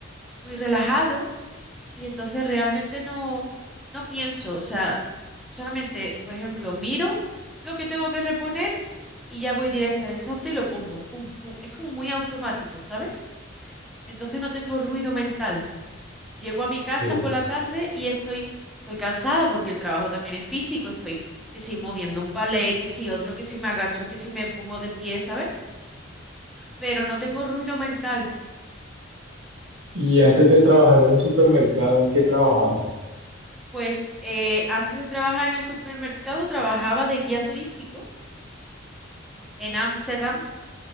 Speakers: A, in the centre; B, on the right.
A: muy relajado y entonces realmente no, no pienso. O sea, solamente, por ejemplo, miro lo que tengo que reponer y ya voy directa al estante y lo pongo. Pum, pum. Es como muy automático, ¿sabes? Entonces no tengo ruido mental. Llego a mi
B: Sí.
A: casa por la tarde y estoy, estoy cansada porque el trabajo también es físico. Estoy que si moviendo un palé, que si otro, que si me agacho, que si me pongo de pie, ¿sabes? Pero no tengo ruido mental.
B: Y antes de trabajar en el supermercado, ¿en qué trabajabas?
A: Pues eh, antes de trabajar en el supermercado, trabajaba de guía turístico en Ámsterdam.